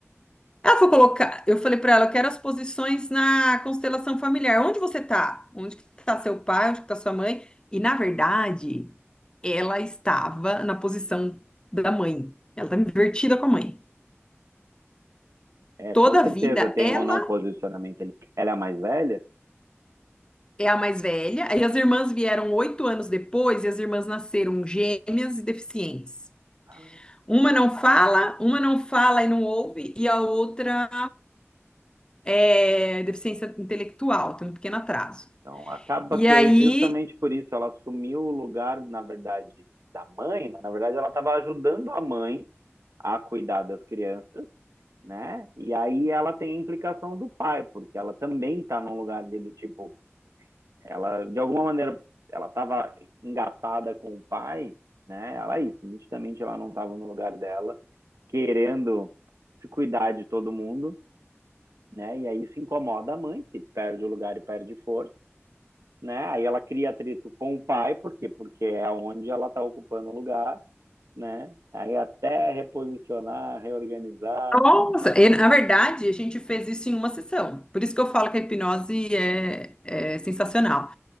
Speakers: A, on the left; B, on the right.
A: Ela foi colocar, eu falei para ela, eu quero as posições na constelação familiar. Onde você tá? Onde que tá seu pai? Onde que tá sua mãe? E na verdade, ela estava na posição da mãe. Ela tá invertida com a mãe.
B: É,
A: Toda
B: com certeza
A: a vida
B: tem
A: ela
B: um não posicionamento ali. Ela é a mais velha?
A: é a mais velha, aí as irmãs vieram oito anos depois e as irmãs nasceram gêmeas e deficientes.
B: Ah,
A: Uma não fala, uma não fala e não ouve, e a outra é deficiência intelectual, tem um pequeno atraso.
B: Então acaba
A: E
B: que
A: aí
B: é justamente por isso ela assumiu o lugar, na verdade, da mãe, mas na verdade ela estava ajudando a mãe a cuidar das crianças né? E aí ela tem a implicação do pai, porque ela também está num lugar ali do tipo, ela de alguma maneira ela estava engatada com o pai, né? Ela é isso, nitidamente ela não estava no lugar dela, querendo se cuidar de todo mundo, né? E aí isso incomoda a mãe, que perde o lugar e perde força, né? Aí ela cria atrito com o pai, por quê? Porque é onde ela está ocupando o lugar, né? Aí até reposicionar, reorganizar,
A: Nossa, e, na verdade, a gente fez isso em uma sessão. Por isso que eu falo que a hipnose é, é sensacional.